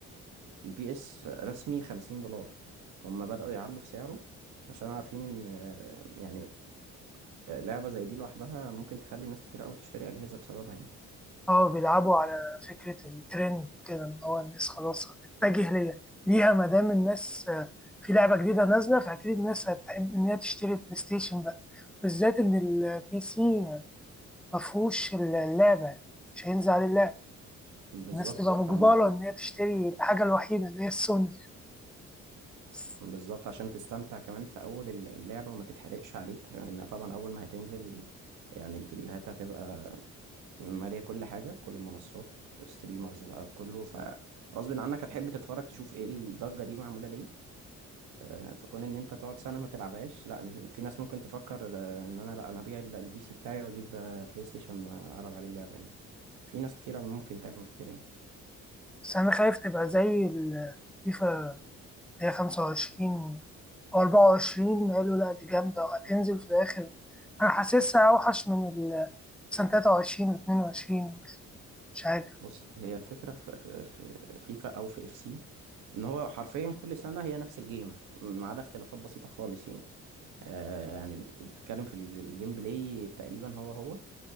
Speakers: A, on the right; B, in the centre.
A: البي اس رسمي خمسين دولار هما بدأوا يعلوا في سعره عشان عارفين ان آه، يعني آه، لعبة زي دي لوحدها ممكن تخلي ناس كتير قوي تشتري أجهزة بسببها يعني
B: اه بيلعبوا على فكرة الترند وكده ان هو الناس خلاص هتتجه ليها ليها ما دام الناس آه، في لعبة جديدة نازلة فأكيد الناس هتحب إن هي تشتري البلاي ستيشن بقى بالذات إن البي سي مفهوش اللعبة مش هينزل عليه اللعبة
A: بالظبط
B: الناس تبقى بالظبط
A: فهم
B: مجبرة إن هي تشتري الحاجة الوحيدة اللي هي السوني بس
A: بالظبط عشان تستمتع كمان في أول الل- اللعبة وما تتحرقش عليك لأن طبعا أول ما هتنزل يعني الفيديوهات هتبقى مالية كل حاجة كل المنصات ستريمرز بقى بكله فغصب عنك هتحب تتفرج تشوف ايه الضجة دي معمولة ليه آه، فكون ان انت تقعد سنه ما تلعبهاش لا إن- في ناس ممكن تفكر آه، ان انا لا انا ابيع ال- البي سي بتاعي واجيب آه، بلاي ستيشن آه، العب عليه اللعبه يعني في ناس كتير ممكن تعمل كده يعني
B: بس أنا خايف تبقى زي الفيفا هي خمسة وعشرين أو أربعة وعشرين قالوا لأ دي جامدة وهتنزل في الآخر أنا حاسسها أوحش من ال مثلا تلاتة وعشرين واتنين وعشرين وكده، مش عارف
A: بص هي الفكره في في في فيفا او في اف سي ان هو حرفيا كل سنه هي نفس الجيم ما عدا اختلافات بسيطه خالص يعني آه يعني بتتكلم في ال- الجيم بلاي تقريبا هو هو